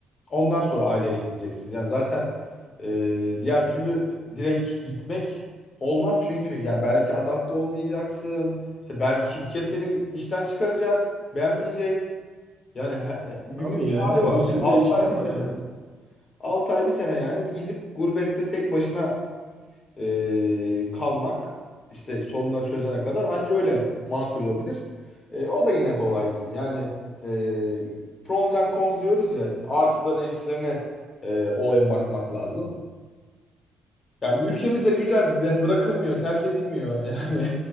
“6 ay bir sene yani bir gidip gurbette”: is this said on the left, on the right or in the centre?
Left